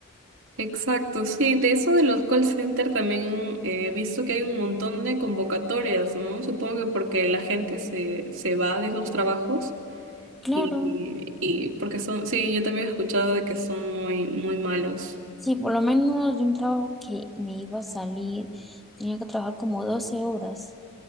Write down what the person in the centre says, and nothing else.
Claro,
sí, por lo menos de un trabajo que me iba a salir, tenía que trabajar como 12 horas